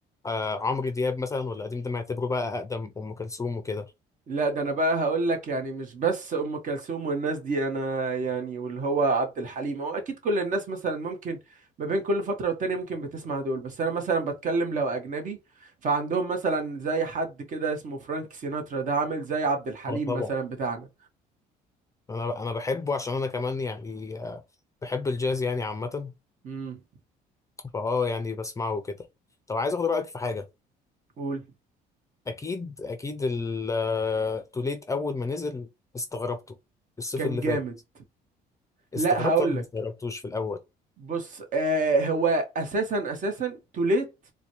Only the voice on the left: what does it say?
آه عمرو دياب مثلا ولا قديم ده معتبره بقى اقدم ام كلثوم وكده
اه طبعا
انا انا بحبه عشان انا كمان يعني آه، بحب الجاز يعني عامة
فاه يعني بسمعه كده طب عايز اخد رايك في حاجه
اكيد اكيد التوليت اول ما نزل استغربته الصيف
اللي
فات استغربته
ولا ما
استغربتوش في الاول